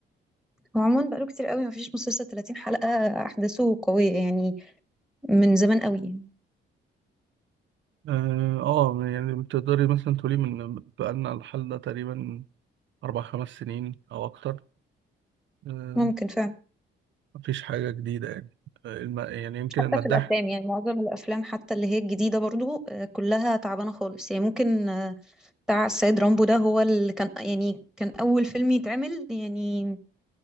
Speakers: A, in the centre; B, on the right.
A: وعموما بقاله كتير قوي مفيش مسلسل 30 حلقة أحداثه قوية يعني من زمان قوي يعني.
B: اه آه، يعني تقدري مثلا تقولي من بقالنا الحل ده تقريبا اربع خمس سنين او اكتر آه،
A: ممكن فعلا
B: مفيش حاجة جديدة يعني آه، الم... يعني يمكن
A: حتى
B: المداح
A: في الأفلام يعني معظم الأفلام حتى اللي هي الجديدة برضو آه، كلها تعبانة خالص يعني ممكن آه، بتاع السيد رامبو ده هو اللي كان يعني كان أول فيلم يتعمل يعني